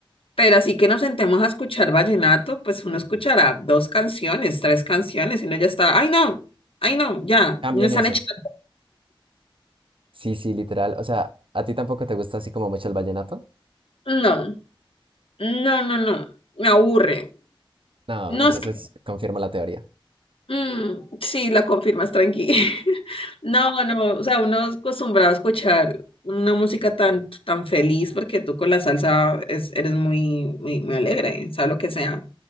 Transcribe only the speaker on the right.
Cambien
eso.
Sí, sí, literal. O sea, ¿a ti tampoco te gusta así como mucho el vallenato?
No,
entonces
confirmo la teoría.